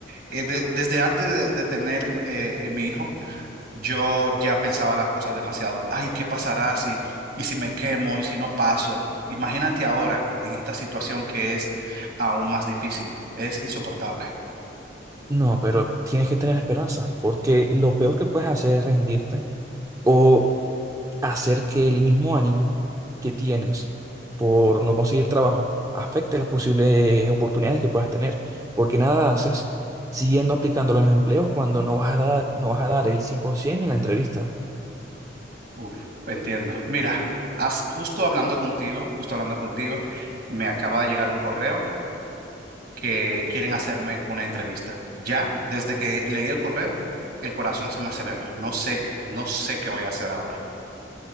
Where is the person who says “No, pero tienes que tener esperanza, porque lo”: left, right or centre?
Right